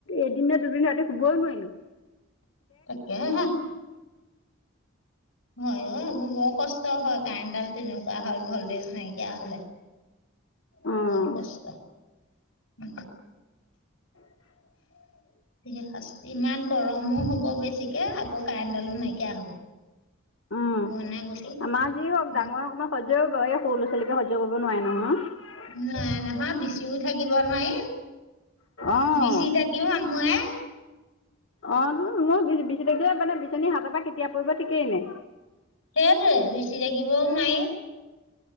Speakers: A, on the left; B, on the left.
A: এদিন নে দুদিন ৰাতি শুবৈ নোৱাৰিলো।
B: তাকে হে, হয় অহ এইবোৰ বৰ কষ্ট হয়, কাৰেণ্টডাল তেনেকুৱা হল ভল্টেজ নাইকিয়া হলে।
A: অঁ
B: বহুত কষ্ট, উম
A: <unintelligible>
B: কিহে শাস্তি ইমান গৰমো হব বেছিকে, আকৌ কাৰেণ্টডালো নাইকিয়া হ'ব।
A: উম
B: ঘনা গতি
A: আমাৰ যি হওক
B: উম,
A: ডাঙৰ অকমাণ সজ্য এইয়া সৰু লৰা ছোৱালী চবে সজ্য কৰিব নোৱাৰে নহয়।
B: নোৱাৰে নহয় বিচিও থাকিব নোৱাৰি,
A: অ',
B: বিচি থাকিও আমুয়াই।
A: অ টো মোৰ বি বিচি থাকিলে মানে বিচনী হাতৰ পৰা কেতিয়া পৰিব ঠিকেই নাই।
B: হেইটোয়ে বেছি থাকিবও নোৱাই।